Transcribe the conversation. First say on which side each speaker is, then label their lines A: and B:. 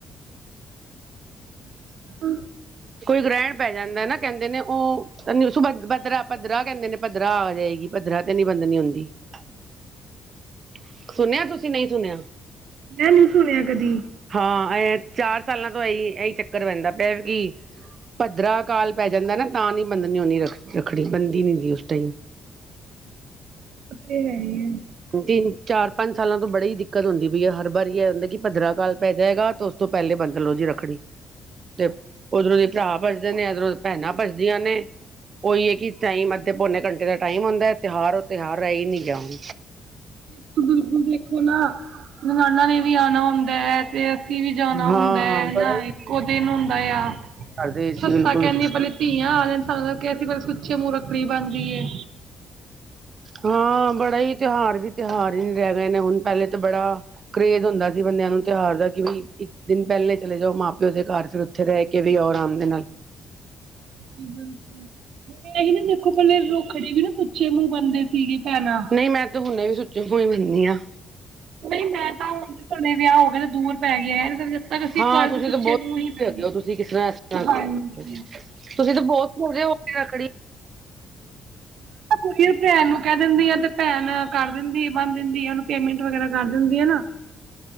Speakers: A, on the right; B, on the right.
A: <inaudible>
B: ਕੋਈ ਗ੍ਰੈਣ ਪੈ ਜਾਂਦਾ ਨਾਂ ਕੈਦੇ ਨੇ ਓ ਛੁਬ ਬੱਦਰਾ- ਬੱਦਰਾ ਕੈਦੇ ਨੇ ਪੱਧਰਾ ਆ ਗੇਆ ਈ। ਪੱਧਰਾ ਤੇ ਨੀਂ ਬੰਦਨੀ ਹੁੰਦੀ <inaudible> ਸੁਨੇਆ ਤੁਸੀਂ ਨਈ ਸੁਨੇਆ।
A: ਮੈਂ ਨੈ ਸੁਨੇਆ ਕਦੀ।
B: ਹਾਂ ਐ ਚਾਰ ਸਾਲਾਂ ਤੋਂ ਆਈ ਐਈ ਚੱਕਰ ਪੈਂਦਾ ਪੇਆ ਕੀ ਪੱਦਰਾ ਕਾਲ ਪੈ ਜਾਂਦਾ ਨਾਂ ਤਾਂ ਨੀ ਬੰਦਨੀ ਹੁੰਦੀ ਰਖ ਰੱਖੜੀ ਬੰਦੀ ਨੀ ਦੀ ਹੁੰਦੀ ਓਸ ਟਾਈਮ।
A: <unintelligible>
B: ਤਿਨ, ਚਾਰ, ਪੰਜ ਸਾਲਾਂ ਤੋਂ ਬੜੀ ਦਿੱਕਤ ਹੁੰਦੀ ਪਈ ਏ ਹਰ ਵਾਰੀ ਏ ਹੁੰਦਾ ਕਿ ਪੱਦਰਾ ਕਾਲ ਪੈ ਜਾਏਗਾ ਤੋ ਓ ਤੋਂ ਪੈਲੇ ਬੱਦ ਲੋ ਜੀ ਰੱਖੜੀ। ਤੇ ਓਦਰੋਂ ਦੀ ਭਰਾ ਭੱਜਦੇ ਨੇ ਐਦਰੋਂ ਦੀ ਭੈਣਾਂ ਭੱਜਦੀਆਂ ਨੇਂ। ਓਈ ਏ ਕੀ ਟਾਈਮ ਅੱਧੇ ਪੌਨੇ ਘੰਟੇ ਦਾ ਟਾਈਮ ਹੁੰਦੈ ਤੇਹਾਰ ਓ ਤੇਹਾਰ ਰੈ ਈ ਨੀ ਗੇਆ ਹੁਨ।
A: <unintelligible> ਬਿਲਕੁਲ ਦੇਖੋ ਨਾਂ ਣਾਨਣਾ ਨੇ ਵੀ ਆਂਣਾ ਹੁੰਦਾ ਐ ਤੇ ਅਸੀਂ ਵੀ ਜਾਨਾ
B: ਹਾਂ
A: ਹੁੰਦਾ ਐ
B: ਬੜਾ ਹੀ
A: <unintelligible> ਇੱਕੋ ਦਿਨ ਹੁੰਦਾ ਆ,
B: ਕਰਦੇ ਸੀ
A: ਸੱਸਾਂ
B: ਬਿਲਕੁਲ
A: ਕੈਦੀਆਂ ਪੈਂਲੇ ਧੀਆਂ ਆ ਲੈਣ <unintelligible> ਕੇਆ ਸੀ ਪੈਂਲੇ ਸੁੱਚੇ ਮੂੰ ਰੱਖੜੀ ਬੰਨ ਦੀਏ।
B: ਹਾਂ ਬੜਾ ਈ ਤੇਹਾਰ ਵੀ ਤੇਹਾਰ ਨੀ ਰੈ ਗਏ ਨੇ ਹੁਨ ਪੈਲੇ ਤਾਂ ਬੜਾ ਕਰੇਜ਼ ਹੁੰਦਾ ਸੀ ਬੰਦੇਆਂ ਨੂੰ ਤੇਹਾਰ ਦਾ ਕੀ ਬਈ ਇਕ ਦਿਨ ਪੈਲੇ ਚਲੇ ਜਾਓ ਮਾਂ-ਪੇਓ ਦੇ ਘਰ ਫੇਰ ਥੇ ਰੈ ਕੇ ਵੀ ਔਨਾ <unintelligible> ਨਾ
A: ਬਿਲਕੁਲ <inaudible> ਦੇਖੋ ਪੈਲੇ ਰੱਖੜੀ ਵੀ ਨਾਂ ਸੁੱਚੇ ਮੂੰ ਬੰਨਦੇ ਸੀਗੇ ਭੈਣਾਂ
B: ਨਈ ਮੈਂ ਤੇ ਹੁਨੇ ਵੀ ਸੁੱਚੇ ਮੂੰ ਹੁਨੀ ਆਂ।
A: ਨਈ ਮੈਂ ਤਾਂ ਹੁਣ ਹੁਣੇ ਵੇਆ ਹੋ ਗੇ ਨੇ ਦੂਰ ਪੈ ਗੇਐ। ਜਦ ਤੱਕ ਅਸੀਂ
B: ਹਾਂ
A: <unintelligible>
B: ਤੁਸੀਂ
A: ਸੁੱਚੇ
B: ਤਾਂ ਬਹੁਤ
A: ਮੂੰ ਨੀ ਬੰਨਦੇ,
B: ਹੈਗੇ ਹੋ ਤੁਸੀਂ ਕਿਸ ਤਰ੍ਹਾਂ ਇਸ ਤਰ੍ਹਾਂ
A: ਹਾਂਜੀ
B: ਤੁਸੀਂ ਤਾਂ ਬੌ <unintelligible> ਰੱਖੜੀ <inaudible>
A: ਕੀ ਪੈਨ ਨੂੰ ਕੈ ਦਿੰਦੀ ਆ ਤੇ ਪੈਨ ਕਰ ਦਿੰਦੀ ਏ ਬੰਨ ਦਿੰਦੀ ਏ ਓਨੂੰ ਪੇਮੈਂਟ ਵਗੈਰਾ ਕਰ ਦਿੰਦੀ ਹੈ ਨਾ।
B: <inaudible>